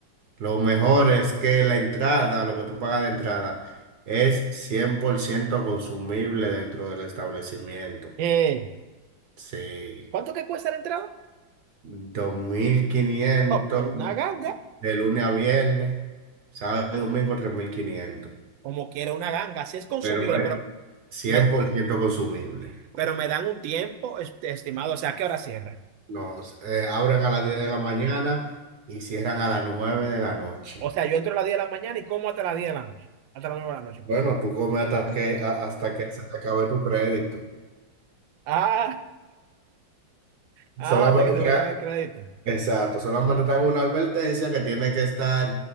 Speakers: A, on the right; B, on the right.
A: Lo mejor es que la entrada, lo que tú pagas de entrada, es 100% consumible dentro del establecimiento.
B: Eh,
A: Sí,
B: ¿cuánto que cuesta la entrada?
A: dos mil quinientos
B: Oh, pero una ganga.
A: de lunes a viernes, sábado y domingo tres mil quinientos
B: como quiera una ganga. Sí es consumible,
A: pero es
B: pero
A: 100%
B: me,
A: consumible.
B: pero me dan un tiempo es- estimado. O sea, ¿a qué hora cierra?
A: Nos eh, abren a las 10 de la mañana y cierran a las 9 de la noche.
B: O sea, yo entro a las 10 de la mañana y como hasta las 10 de la noche. Hasta las 9 de la noche. perdón.
A: Bueno, tú comes hasta que, a- hasta que se te acabe tu crédito.
B: Ah, ah,
A: Solamente,
B: hasta que se me acabe el crédito.
A: exacto, solamente te hago una advertencia que tiene que estar